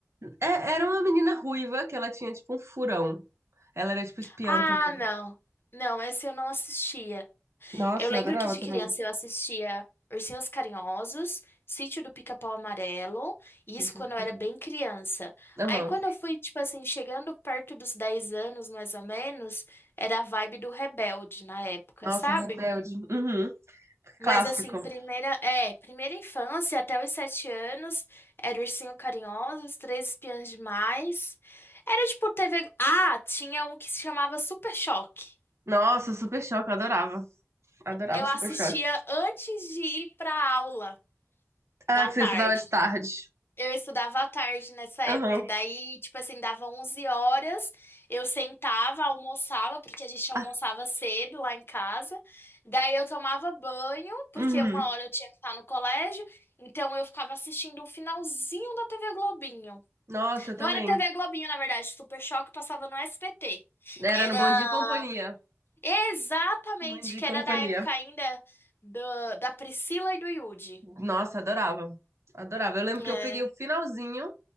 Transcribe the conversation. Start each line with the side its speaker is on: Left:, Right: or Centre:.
Right: É- era uma menina ruiva que ela tinha tipo um furão. Ela era tipo espiã
Left: Ah,
Right: também.
Left: não. Não, esse eu não assistia.
Right: Nossa,
Left: Eu lembro
Right: eu adorava
Left: que de
Right: também.
Left: criança eu assistia Ursinhos Carinhosos, Sítio do Pica-Pau Amarelo, e
Right: Deixa
Left: isso quando
Right: eu ficar
Left: eu era
Right: falando.
Left: bem criança.
Right: Aham.
Left: Aí quando eu fui, tipo assim, chegando perto dos 10 anos, mais ou menos, era a vibe do Rebelde na época,
Right: Nossa,
Left: sabe?
Right: Rebelde. Uhum.
Left: Mas
Right: Clássico.
Left: assim, primeira, é, primeira infância até os sete anos, era Ursinho Carinhoso, Os Três Espiãs Demais. Era tipo TV. Ah, tinha um que se chamava Super Choque.
Right: Nossa, Super Choque, eu adorava. Adorava
Left: Eu
Right: Super
Left: assistia
Right: Choque.
Left: antes de ir pra aula
Right: Ah,
Left: da
Right: que
Left: tarde.
Right: você estudava de tarde.
Left: Eu estudava à tarde nessa época,
Right: Aham.
Left: daí, tipo assim, dava 11 horas, eu sentava, almoçava, porque a gente almoçava
Right: Ah,
Left: cedo lá em casa, daí eu tomava banho, porque
Right: uhum.
Left: uma hora eu tinha que estar no colégio, então eu ficava assistindo o finalzinho da TV Globinho.
Right: Nossa, eu
Left: Não
Right: também.
Left: era TV Globinho, na verdade, Super Choque passava no SBT.
Right: Era
Left: Era
Right: no Bom Dia e Companhia.
Left: exatamente,
Right: Bom Dia
Left: que
Right: e Companhia.
Left: era da época ainda do- da Priscila e do Yudi.
Right: Nossa, adorava. Adorava. Eu lembro
Left: É.
Right: que eu peguei o finalzinho